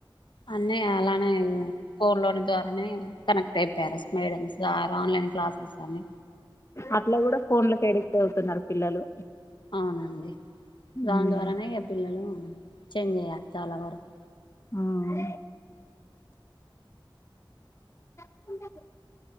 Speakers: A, on the left (about 65°); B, on the left (about 35°).
A: అన్న అలానే ఫోన్ లోని ద్వారానే కనెక్ట్ అయిపోయారు అసలు మేడమ్స్ ఆ ఆన్లైన్ క్లాసెస్ సమే
B: అట్లా కూడా ఫోన్ లకి ఎడిక్ట్ అవుతున్నారు పిల్లలు
A: అవునండి
B: ఉమ్.
A: దాని ద్వారానే ఇగా పిల్లలు ఉ చేంజ్ అయ్యారు చాలా వరకు
B: ఆ ఉంట ఉంటా